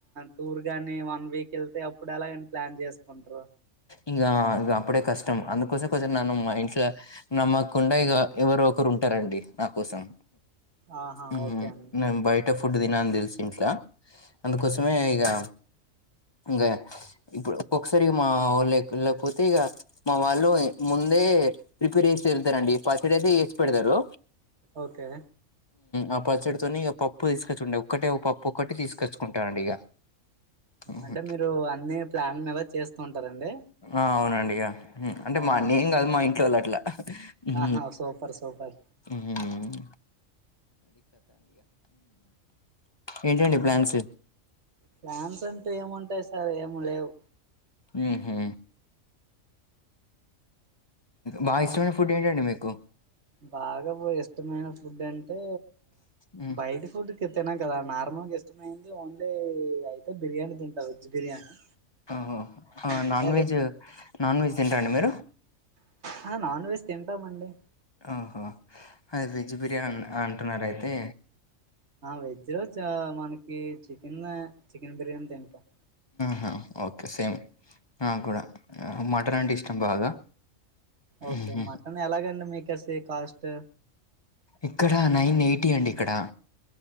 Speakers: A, on the right; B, on the left.
A: టూర్ గాని, వన్ వీక్ వెళ్తే అప్పుడు ఎలాగా అండి ప్లాన్ చేస్ కుంట్రు
B: ఇంగా ఇంగ అప్పుడే కష్టం, అందుకోసం కొంచం నన్ను మా ఇంట్లో నమ్మకుండా ఇగా ఎవరో ఒకరు ఉంటారండి నా కోసం.
A: ఆహా
B: ఉమ్
A: ఓకే అండి
B: నాన్ బయట్ ఫుడ్ తిన అని తెలుసు ఇంట్లా, అందుకోసమే ఇగా ఇంకా ఇప్పుడు ఒక్కసారి మా వాళ్ళకి వెళ్ళకపోతే ఇక మా వాళ్ళు ముందే ప్రిపేర్ చేసి వెళ్తారండి పచ్చడైతే వేసి పెడతారు
A: ఓకే
B: ఆ పచ్చడితోనే ఇక పప్పు తీసుకొచ్చుకుంటేడి ఒక్కటే పప్పు ఒక్కటి తీసుకొచ్చుకుంటానండి ఇక ఉహు.
A: అంటే మీరు అన్ని ప్లాన్ మీద చేస్తూ ఉంటారండి
B: ఆ అవునండిగా అంటే
A: ఆ
B: మా అన్న ఏం కాదు మా ఇంట్లో వాల్ల అట్లాహ్మ్
A: ఆహా సూపర్ సూపర్
B: హ్మ్ ఏంటండి ప్లాన్స్
A: ప్లాన్స్ అంటూ ఏముంటాయి సార్ ఏమి లేవు
B: ఊహూ బా ఇష్టమైన ఫుడ్ ఏంటండి మీకు
A: బాగా ఇష్టమైన ఫుడ్ అంటే
B: మ్మ్.
A: బయట ఫుడ్ తినం కదా నార్మల్ ఇష్టమయింది ఓన్లీ అయితే బిర్యానీ తింటా వెజ్ బిర్యానీ
B: ఓహో
A: ఇంకా
B: నాన్ వెజ్ నాన్ వెజ్ తింటారండి మీరు
A: హా నాన్ వెజ్ తింటామండి
B: ఓహో అది వెజ్ బిర్యానీ అంటున్నారయితే
A: వెజ్జే చ మనకి చికెన్ చికెన్ బిర్యానీ తింటాం
B: హ ఓకే సేమ్ నాకు కూడా మటన్ అంటే ఇష్టం బాగా
A: ఓకే
B: మ్మ్.
A: మటన్ ఎలాగండి మీకేసీ కాస్ట్
B: ఇక్కడ నైన్ ఎయిటీ అండి ఇక్కడ